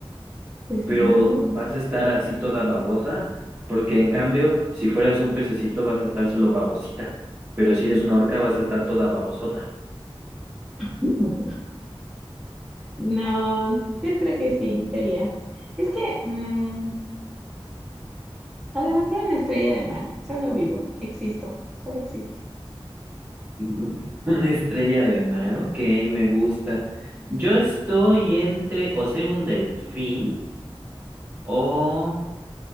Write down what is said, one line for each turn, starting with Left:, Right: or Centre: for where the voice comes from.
Centre: pues
Right: pero
Centre: ni modo.
Right: vas a estar así toda babosa, porque en cambio, si fueras un pececito vas a estar solo babosita, pero si eres una orca vas a estar toda babosota.
Centre: <laughs> No, yo creo que sí, sería. Es que mm, a lo mejor una estrella de mar, solo vivo, existo, solo existo.
Right: <laughs> Una estrella de mar, ok, me gusta. Yo estoy entre o ser un delfín o,